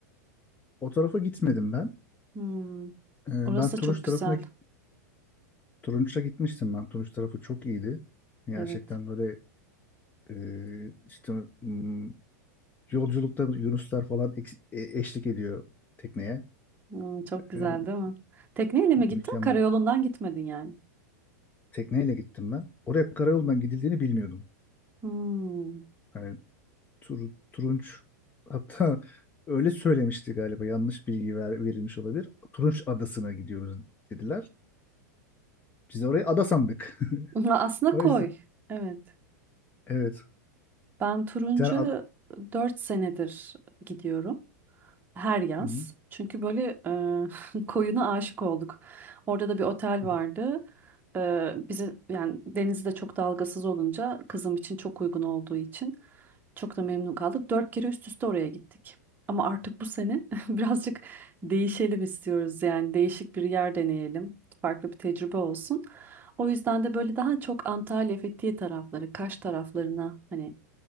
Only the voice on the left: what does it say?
o tarafa gitmedim ben.
Ee,
ben
Turunç
tarafına
git- Turunç'a gitmiştim ben. Turunç tarafı çok iyiydi. Gerçekten
böyle e, işte hmm, yolculukta yunuslar falan eks- e- eşlik ediyor tekneye.
E,
mükemmel.
tekneyle gittim ben. Oraya karayolundan gidildiğini bilmiyordum.
Hani Tur- Turunç hatta <laughs> öyle söylemişti galiba yanlış bilgi ver- verilmiş olabilir. Turunç Adası'na gidiyoruz dediler. Biz orayı ada sandık. <laughs>
O
yüzden
evet.
Yani ad-
Hı
hı.